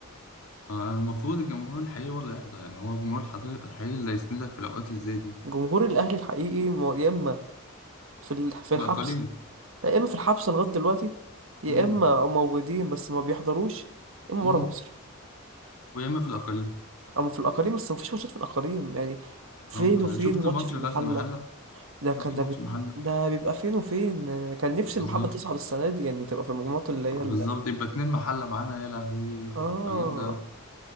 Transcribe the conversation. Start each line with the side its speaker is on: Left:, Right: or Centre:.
Left: آه المفروض الجمهور الحقيقي هو اللي يحضر يعني هو الجمهور الحض- الحقيقي اللي هيسندك في الأوقات اللي زي دي
Right: جمهور الاهلي الحقيقي مو- يا اما في ال- في
Left: في
Right: الحبس
Left: الأقاليم
Right: لا يا اما في الحبس لغايه دلوقتي يا
Left: امم
Right: اما موجودين بس ما بيحضروش يا اما بره
Left: امم
Right: مصر
Left: ويا إما في الأقاليم
Right: اما في الاقاليم بس ما فيش ماتشات في الاقاليم يعني فين
Left: اه أنا
Right: وفين
Left: شفت
Right: ماتش
Left: ماتش
Right: في المحله
Left: غزل المحلة
Right: ده كان
Left: شفت
Right: ده
Left: الماتش
Right: بي...
Left: المحلة
Right: ده بيبقى فين وفين كان نفسي
Left: بالظبط
Right: المحله تصعد السنه دي يعني تبقى في المجموعات اللي هي
Left: آه،
Right: ال...
Left: بالظبط يبقى اتنين محلة معانا يا لهوي
Right: اه
Left: تبقى جامدة أوي